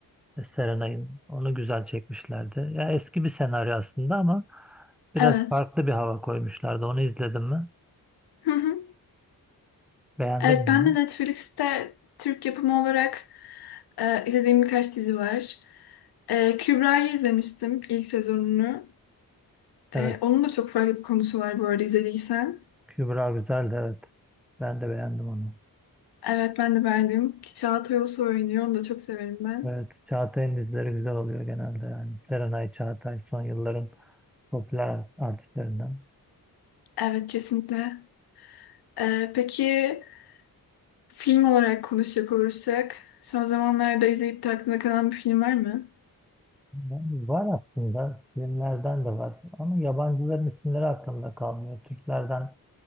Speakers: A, in the centre; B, on the left.
A: e, Serenay'ın. Onu güzel çekmişlerdi. Ya eski bir senaryo aslında ama biraz
B: evet.
A: farklı bir hava koymuşlardı. Onu izledim mi?
B: Hı hı.
A: Beğendim
B: Evet
A: mi
B: ben
A: onu?
B: de Netflix'te Türk yapımı olarak e, izlediğim birkaç dizi var. E, Kübra'yı izlemiştim ilk sezonunu. E,
A: Evet,
B: onun da çok farklı bir konusu var bu arada izlediysen.
A: Kübra güzeldi evet. Ben de beğendim onu.
B: Evet ben de beğendim. Ki Çağatay Ulusoy oynuyor. Onu da çok severim ben.
A: Evet, Çağatay'ın dizileri güzel oluyor genelde yani. Serenay Çağatay son yılların popüler artistlerinden.
B: Evet kesinlikle. E, peki Film olarak konuşacak olursak, son zamanlarda izleyip de aklında kalan bir film var mı?
A: Yani var aslında, filmlerden de var ama yabancıların isimleri aklımda kalmıyor. Türklerden